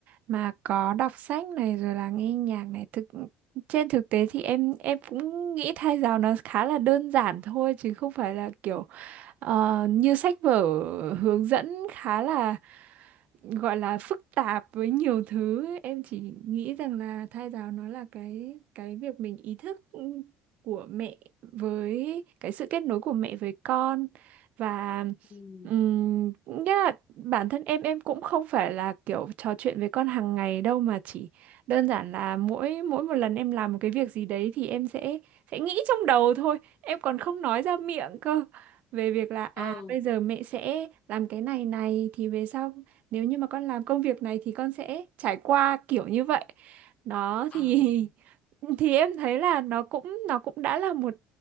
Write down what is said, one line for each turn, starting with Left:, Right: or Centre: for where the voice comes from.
Right: mà có đọc sách này rồi là nghe nhạc này thực trên thực tế thì em em cũng nghĩ thai giáo nó khá là đơn giản thôi chứ không phải là kiểu Ờ, như sách vở hướng dẫn khá là gọi là phức tạp với nhiều thứ em chỉ nghĩ rằng là thai giáo nó là cái cái việc mình ý thức của mẹ với cái sự kết nối của mẹ với con và
Left: ừ,
Right: ừm, nghĩa là bản thân em em cũng không phải là kiểu trò chuyện với con hàng ngày đâu mà chỉ đơn giản là mỗi mỗi một lần em làm một cái việc gì đấy thì em sẽ sẽ nghĩ trong đầu thôi em còn không nói ra miệng cơ về việc là à
Left: ờ
Right: bây giờ mẹ sẽ làm cái này này thì về sau nếu như mà con làm công việc này thì con sẽ trải qua kiểu như vậy đó
Left: à,
Right: thì <laughs> thì em thấy là nó cũng nó cũng đã là một